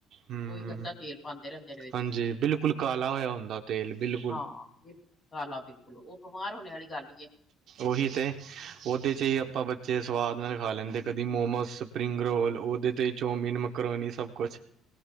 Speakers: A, on the right; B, on the left.
A: ਹੂੰ।
B: ਉਹੀ ਗੰਦਾ ਤੇਲ ਪਾਉਂਦੇ ਰਹਿੰਦੇ ਨੇ ਵਿੱਚ
A: ਹਾਂਜੀ ਬਿਲਕੁਲ ਕਾਲਾ ਹੋਇਆ ਹੁੰਦਾ ਤੇਲ। ਬਿਲਕੁਲ
B: ਹਾਂ। ਕਾਲਾ ਬਿਲਕੁਲ ਉਹ ਬਿਮਾਰ ਹੋਣੇ ਵਾਲੀ ਗੱਲ ਈ ਏ।
A: ਉਹੀ ਤੇ ਉਹਦੇ ਚ ਹੀ ਆਪਾਂ ਬੱਚੇ ਸਵਾਦ ਨਾਲ ਖਾ ਲੈਂਦੇ ਕਦੀ ਮੋਮੋਸ ਸਪਰਿੰਗ ਰੋਲ ਉਹਦੇ ਚ ਹੀ ਚੋਮੀਨ, ਮੈਕਰੋਨੀ ਸਭ ਕੁਛ।